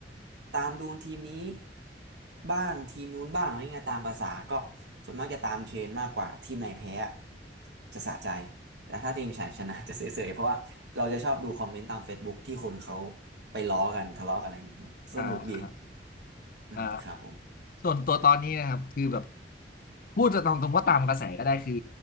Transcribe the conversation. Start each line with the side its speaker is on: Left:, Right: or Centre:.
Right: ตามดูทีมนี้บ้างทีมนู้นบ้างอะไรเงี้ยตามภาษาก็ส่วนมากจะตามเทรนด์มากกว่าทีมไหนแพ้อะจะสะใจ แต่ถ้าทีมฉันชนะจะเสยๆเพราะว่าเราจะชอบดูคอมเมนต์ตาม Facebook ที่คนเขาไปล้อกันทะเลาะกันอะไรเงี้ยสนุกดี
Left: อ่า
Right: อืมครับผม
Left: อ่าส่วนตัวตอนนี้นะครับคือแบบพูดตามตรงว่าตามกระแสก็ได้คือ